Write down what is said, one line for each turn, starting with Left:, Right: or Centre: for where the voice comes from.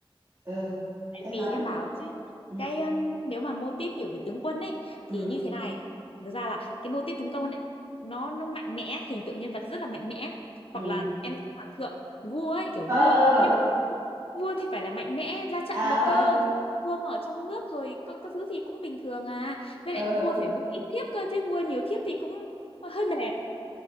Right: ờ em
Left: Tại vì
Right: nói
Left: em
Right: đi
Left: bảo chứ
Right: ừ
Left: cái um, nếu mà mô típ kiểu về tướng quân ấy
Right: ừ
Left: thì như thế này thực ra là cái mô típ tướng quân ấy nó nó mạnh mẽ hình tượng nhân vật rất là mạnh mẽ
Right: ừ
Left: hoặc là em thích hoàng thượng vua ấy kiểu
Right: ờ
Left: vua
Right: ờ
Left: nhưng mà vua thì phải là mạnh mẽ ra trận
Right: à
Left: được
Right: ờ
Left: cơ Chứ vua mà ở trong nước rồi các các thứ gì cũng bình thường à với
Right: ờ
Left: lại vua
Right: ờ
Left: phải vung ít thiếp cơ chứ vua nhiều thiếp thì cũng hơi mệt